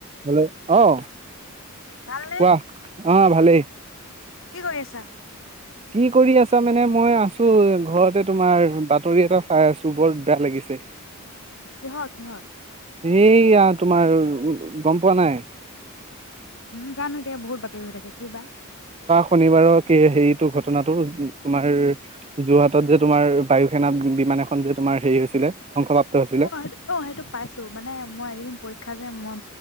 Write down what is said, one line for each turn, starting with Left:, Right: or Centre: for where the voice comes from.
Right: হেল্ল, ' আহ
Left: ভালনে?
Right: কোৱা? অ' ভালেই।
Left: কি কৰি আছা?
Right: কি কৰি আছা মানে মই আছো ঘৰতে, তোমাৰ বাতৰি এটা চাই আছো, বৰ বেয়া লাগিছে।
Left: কিহৰ-কিহৰ?
Right: সেইয়া, তোমাৰ গম পোৱা নাই।
Left: উম, জানো এতিয়া বহুত বাতৰি হৈ থাকে কি বা।
Right: শনিবাৰক হেৰিটো ঘটনাটো, তোমাৰ যোৰহাটত যে তোমাৰ বায়ু সেনা বিমান এখন যে তোমাৰ হেৰি হৈছিলে। ধ্বংসপ্ৰাপ্ত হৈছিলে
Left: অ-অ, সেইটো পাইছো। মানে, মই এইকেইদিন পৰীক্ষা যে, মই